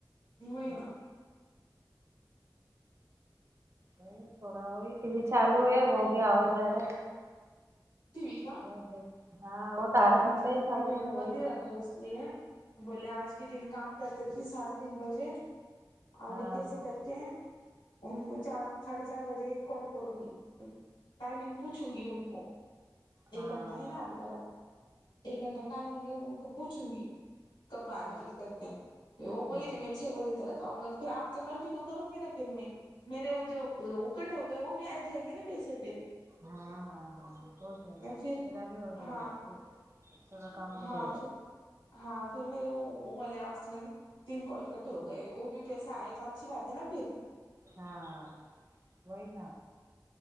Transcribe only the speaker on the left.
نہیں
نا
ٹیوی کا
ٹی
وی میں نے بند
ہی
رکھا اس لیے بولیے آج کے دن کام کر دیتی ساڑھے تین بجے ابھی
کیسے کر کے ان کو چار ساڑھے چار بجے ایک کال کروں گی ٹائمنگ پوچھوں گی ان کو
ایک گھنٹہ ہے
نا ابھی تلا ایک گھنٹہ ٹائمنگ ہے ان کو پوچھوں گی کب آنے والے کر کے وہ بولی
کہ میں چھ بجے تلک آؤں گا تو پھر آپ تو کنٹینیو کروں گی نا پھر میں میرے وہ جو اوکٹ ہو گئے وہ بھی آئے جائیں گے نا پیسے پھر
پھر
ہاں
ہاں
پھر ہاں پھر میرے وہ وہ والی آیپس میں نے تین کال کٹ ہو گئے وہ بھی پیسے آئے گا اچھی بات ہے نا پھر